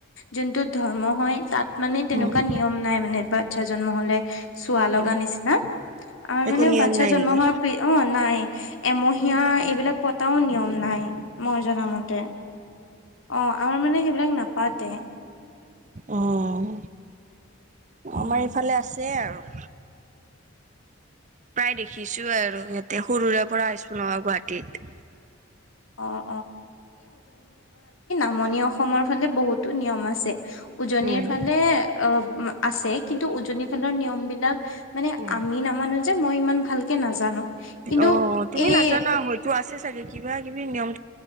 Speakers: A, on the left (about 80°); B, on the right (about 35°).
A: যোনটো ধৰ্ম হয় তাত মানে তেনেকুৱা
B: উম
A: নিয়ম নাই মানে বাচ্ছা জন্ম হলে চোৱা
B: উম
A: লগা নিচিনা, আমাৰ
B: একো
A: মানে
B: নিয়ম
A: বাচ্ছা
B: নাই
A: জন্ম
B: নেকি
A: হোৱাৰ অ নাই এমহীয়া এইবিলাক পতাওঁ নিয়ম নাই, মই জনা মতে। অ আমাৰ মানে সেইবিলাক নাপাতে।
B: উম
A: উম।
B: আমাৰ ইফালে আছে আৰু প্ৰায় দেখিছোৱে আৰু সিহঁতে সৰুৰে পৰা আছো নহয় গুৱাহাটীত।
A: অ' মণিঅসমৰ ফালে বহুতো নিয়ম আছে, উজনিৰ
B: উম।
A: ফালে অ আছে কিন্তু উজনিৰ খেলৰ নিয়মবিলাক মানে
B: উম।
A: আমি নামানো যে মই ইমান ভালকে নাজানো। কিন্তু
B: অ তুমি
A: এই
B: নাজানা হয়তো আছে চাগে কিবা কিবি নিয়ম